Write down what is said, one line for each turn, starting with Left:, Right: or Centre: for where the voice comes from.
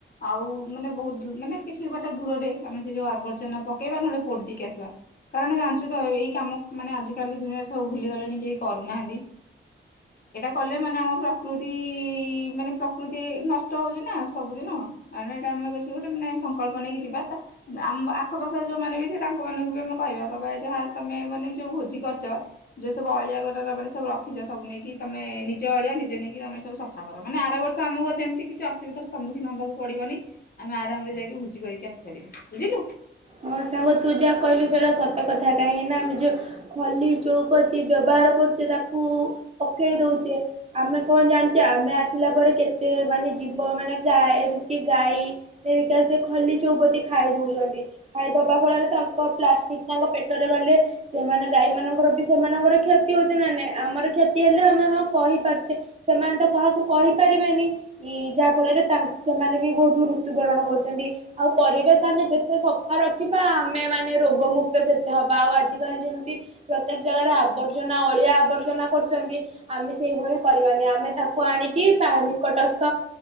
Left: ଆଉ ମାନେ ବହୁତ ଦୂ ମାନେ କିଛି ବା ଟ ଦୂରରେମେ ସେ ଯୋଉ ଆବର୍ଜନା ପକେଇବା ନହେଲେ ପୋଡି ଦେଇକି ଆସିବା କାରଣ ଜାଣିଚୁ ତ ଏଇ କାମ ମାନେ ଆଜିିକାଲି ଦୁନିଆରେ ସବୁ ଭୁଲିଗଲେଣି କେହି କରୁନାହାନ୍ତି। ଏଇଟା କଲେ ମାନେ ଆମ ପ୍ରକୃ ତିଇ ମାନେ ପ୍ରକୃତି ନଷ୍ଟ ହଉଚି ନା ସବୁଦିନ ମାନେ ଏଇଟା ଆମେ ଗୋଟେ ମାନେ ସଂକଳ୍ପ ନେଇକି ଯିବା ତା ଆମ ଆଖପାଖରେ ଯୋଉମାନେ ବି ଥିବେ ତାଙ୍କ ମାନଙ୍କୁ ବି ଆମେ କହିବା କହବା ଯାହା ତମେ ମାନେ ଯୋଉ ଭୋଜି କରିଚ ଯୋଉ ସବ ଅଳିଆ <unintelligible> ମାନେ ସବୁ ରଖିଚ ସବୁ ନେଇକି ତମେ ନିଜ ଅଳିଆ ନିଜେ ନେଇକି ତମେ ସବୁ ସଫା କର ମାନେ ଆର ବର୍ଷ ଆମକୁ ଯେମିତି କିଛି ଅସୁବିଧାର ସମ୍ମୁଖୀନ ହବାକୁ ପଡିବନି ଆମେ ଆରାମ୍ ରେ ଯାଇକି ଭୋଜି କରିକି ଆସି କରିବେ ବୁଝିଲୁ।
Right: ହଁ ସାଙ୍ଗ ତୁ ଯା କଇଲୁ ସେଟା ସତ କଥା କାହିଁକିନା ଆମେ ଯୋଉ ଖଲି ଚଉପତି ବ୍ୟବହାର କରୁଚେ ତାକୁ ପକେଇ ଦଉଚେ ଆମେ କଣ ଜାଣିଚେ ଆମେ ଆସିଲା ପରେ କେତେ ମାନେ ଜୀବ ମାନେ ଗା ଏମିତିକି ଗାଈ ହେରିକା ସେ ଖଲି ଚଉପତି ଖାଇ ଦଉଚନ୍ତି। ଖାଇଦବା ଫଳରେ ତାଙ୍କ ପ୍ଲାଷ୍ଟିକ ତାଙ୍କ ପେଟରେ ଗଲେ ସେମାନେ ଗାଈ ମାନଙ୍କର ବି ସେମାନଙ୍କର କ୍ଷତି ହଉଚି ନା ନାଇଁ ଆମର କ୍ଷତି ହେଲେ ଆମେ ହଁ କହିପାରୁଚେ ସେମାନେ ତ କାହାକୁ କହିପାରିବେନି ଯାହା ଫଳରେ ତା ସେମାନେ ବି ବହୁତ ମୃତ୍ୟୁବରଣ କରୁଚନ୍ତି ଆଉ ପରିବେଶ ଆମେ ଯେତେ ସ ଫାଆ ରଖିବା ଆମେ ମାନେ ରୋଗମୁକ୍ତ ସେତେ ହେବା ଆଉ ଆଜିକାଲି ଯେମିତି ପ୍ରତ୍ୟେକ ଜାଗାରେ ଆବର୍ଜନା ଅଳିଆ ଆବର୍ଜନା କରୁଚନ୍ତି ଆମେ ସେଇଭଳି କରିବାନି ଆମେ ତାକୁ ଆଣିକି ବା ନିକଟସ୍ଥ